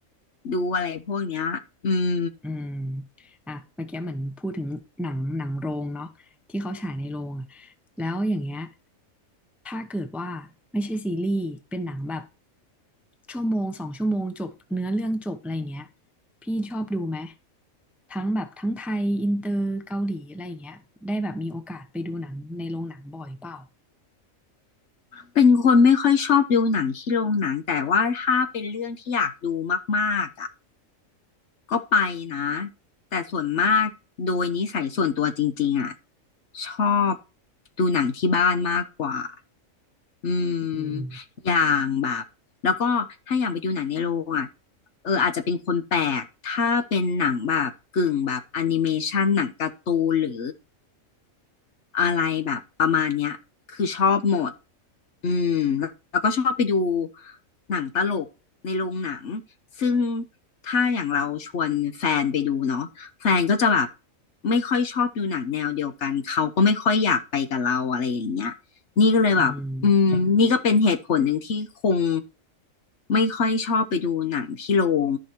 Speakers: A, on the left; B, in the centre.
A: ดูอะไรพวกเนี้ยอืม
B: อืมอ่ะเมื่อกี้เหมือนพูดถึงหนังหนังโรงเนาะที่เขาฉายในโรงอ่ะแล้วอย่างเงี้ยถ้าเกิดว่าไม่ใช่ซีรีส์เป็นหนังแบบชั่วโมงสองชั่วโมงจบเนื้อเรื่องจบอะไรเงี้ยพี่ชอบดูไหมทั้งแบบทั้งไทยอินเตอร์เกาหลีอะไรเงี้ยได้แบบมีโอกาสไปดูหนังในโรงหนังบ่อยเปล่า
A: เป็นคนไม่ค่อยชอบดูหนังที่โรงหนังแต่ว่าถ้าเป็นเรื่องที่อยากดูมากๆอ่ะก็ไปนะแต่ส่วนมากโดยนิสัยส่วนตัวจริงๆอ่ะชอบดูหนังที่บ้านมากกว่าอืม
B: อืม
A: อย่างแบบแล้วก็ถ้าอย่างไปดูหนังในโรงอ่ะเอออาจจะเป็นคนแปลกถ้าเป็นหนังแบบกึ่งแบบแอนิเมชันหนังการ์ตูนหรืออะไรแบบประมาณเนี้ยคือชอบหมด อืมแล้วแล้วก็ชอบไปดูหนังตลกในโรงหนังซึ่งถ้าอย่างเราชวนแฟนไปดูเนาะแฟนก็จะแบบไม่ค่อยชอบดูหนังแนวเดียวกันเขาก็ไม่ค่อยอยากไปกับเราอะไรอย่างเงี้ยนี่ก็เลยแบบอืมนี่ก็เป็นเหตุผลหนึ่งที่คง
B: อืม
A: ไม่ค่อยชอบไปดูหนังที่โรง